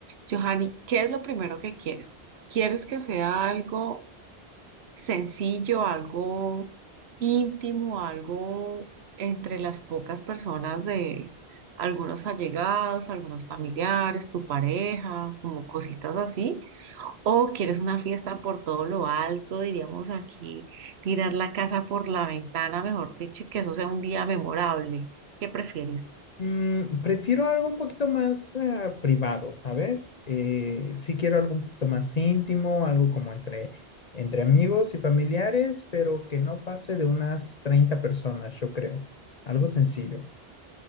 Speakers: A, on the right (about 75°); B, on the left (about 45°).
A: Johanny, ¿qué es lo primero que quieres? ¿Quieres que sea algo sencillo, algo íntimo, algo entre las pocas personas de algunos allegados, algunos familiares, tu pareja, como cositas así? O quieres una fiesta por todo lo alto, diríamos aquí, tirar la casa por la ventana, mejor dicho, y que eso sea un día memorable. ¿Qué prefieres?
B: Mm, prefiero algo un poquito más eh, privado, ¿sabes? Eh, sí quiero algo un poquito más íntimo, algo como entre, entre amigos y familiares, pero que no pase de unas 30 personas, yo creo. Algo sencillo.